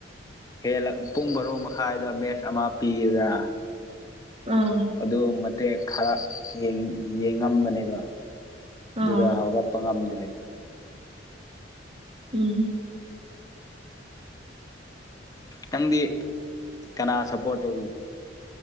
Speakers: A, on the left; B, on the right.
A: ꯍꯦꯜꯂ ꯄꯨꯡ ꯕꯔꯣ ꯃꯈꯥꯏꯗ ꯃꯦꯆ ꯑꯃ ꯄꯤꯌꯦꯗꯅ
B: ꯑꯥ
A: ꯑꯗꯨ ꯃꯇꯦꯛ ꯈꯔ ꯌꯦꯡ ꯌꯦꯡꯉꯝꯕꯅꯦꯕ
B: ꯑꯥ
A: ꯗꯨꯗ ꯍꯧꯒꯠꯄ ꯉꯝꯗ꯭ꯔꯦ
B: ꯎꯝ
A: ꯅꯪꯗꯤ ꯀꯅꯥ ꯁꯞꯄꯣꯔꯠ ꯇꯧꯏ